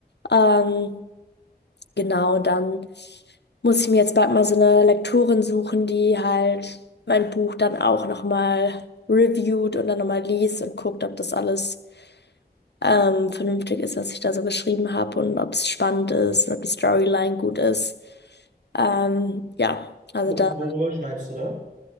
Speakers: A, on the left; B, on the right.
A: Ähm, Genau, und dann muss ich mir jetzt bald mal so eine Lektorin suchen, die halt mein Buch dann auch nochmal reviewt und dann nochmal liest und guckt, ob das alles ähm, vernünftig ist, was ich da so geschrieben habe und ob es spannend ist und ob die Storyline gut ist. Ähm, ja, also
B: Wo,
A: da.
B: worüber schreibst du da?